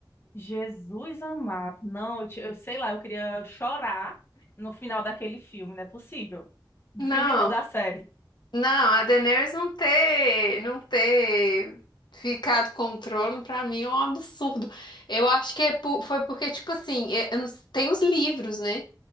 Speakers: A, on the left; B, on the left.
A: Jesus amado. Não, eu, te- eu sei lá, eu queria chorar no final daquele filme, não é possível. Do
B: Não.
A: filme não, da série.
B: Não, a Daenerys não ter, não ter ficado com o trono, pra mim é um absurdo. Eu acho que é por- foi porque, tipo assim, é- eu não- tem os livros, né?